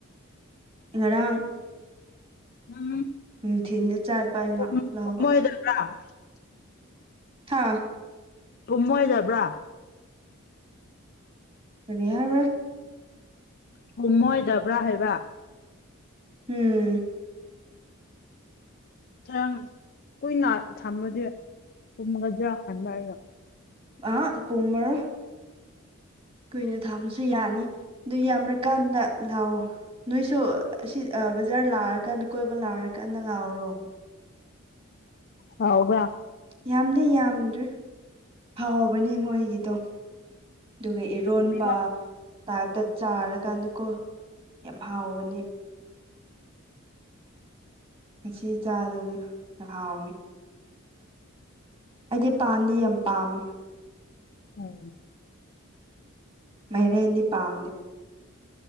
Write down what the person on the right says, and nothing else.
ꯉꯔꯥꯡ
ꯅꯨꯡꯊꯤꯟꯗ ꯆꯥꯠꯄ ꯑꯩꯅ
ꯂꯥꯎꯕ
ꯍꯥꯥ
ꯀꯔꯤ ꯍꯥꯢꯕ꯭ꯔꯥ
ꯎꯝ
ꯑꯥ ꯄꯨꯝꯃꯔꯣꯢ ꯀꯨꯏꯅ ꯊꯥꯕꯁꯨ ꯌꯥꯅꯤ ꯑꯗꯨ ꯌꯥꯝꯔꯀꯥꯟꯗ ꯂꯥꯎꯑꯣ ꯅꯣꯏꯁꯨ ꯑꯁꯤ ꯕꯖꯥꯔ ꯂꯥꯛꯑꯀꯥꯟꯗ ꯀꯣꯏꯕ ꯂꯥꯛꯑꯀꯥꯟꯗ ꯂꯧꯔꯣ
ꯌꯥꯝꯗꯤ ꯌꯥꯝꯗ꯭ꯔꯦ ꯍꯥꯎꯕꯅꯦ ꯃꯣꯏꯒꯤꯗꯣ ꯑꯗꯨꯒ ꯏꯔꯣꯟꯕ
ꯇꯥꯏꯞꯇ ꯆꯥꯔꯀꯥꯟꯗꯀꯣ ꯌꯥꯝ ꯍꯥꯎꯕꯅꯦ ꯉꯁꯤ ꯆꯥꯗꯣꯏꯅꯤ ꯍꯥꯎꯅꯤ ꯑꯩꯗꯤ ꯄꯥꯟꯗꯤ ꯌꯥꯝ ꯄꯥꯝꯃꯦ
ꯃꯥꯢꯔꯦꯟꯗꯤ ꯄꯥꯝꯗꯦ